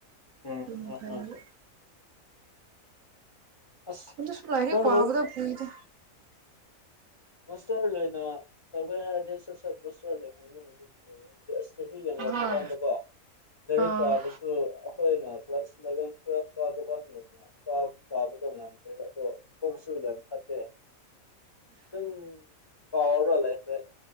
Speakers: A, on the left; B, on the right.
A: ꯎꯝ
B: ꯑꯗꯨꯅ
A: ꯎꯝ
B: ꯐꯩꯑꯕ
A: ꯍꯣꯏ ꯑꯁ
B: ꯑꯗꯨꯁꯨ ꯂꯥꯏꯔꯤꯛ
A: ꯅꯪꯅ
B: ꯄꯥꯕꯗ ꯀꯨꯏꯗ
A: ꯃꯁꯇꯔ ꯂꯣꯏꯅ ꯇꯧꯒꯦ ꯍꯥꯏꯔꯗꯤ ꯁꯠ ꯁꯠ ꯃꯁꯇꯔ ꯂꯣꯏꯍꯟꯕ ꯅꯨꯃꯤꯠ ꯑꯣꯏꯌꯦ ꯑꯁ ꯆꯍꯤ ꯌꯦꯡꯔꯛꯄ
B: ꯍꯣꯏ
A: ꯀꯥꯟꯗꯀꯣ ꯂꯥꯏꯔꯤꯛ
B: ꯑꯥ
A: ꯄꯥꯕꯁꯨ ꯁꯨ ꯑꯈꯣꯏꯅ ꯀ꯭ꯂꯥꯁ ꯏꯂꯚꯦꯟ ꯇꯨꯋꯦꯜ ꯀꯥꯕ ꯀꯥꯟꯒꯨꯝꯅ ꯄꯥꯕ ꯄꯥꯕꯗꯣ ꯉꯝꯗꯦꯕ ꯑꯗꯣ ꯀꯣꯛꯁꯨ ꯌꯥꯝ ꯐꯠꯇꯦ ꯗꯨꯝ ꯀꯥꯎꯔ ꯂꯩꯈ꯭ꯔꯦ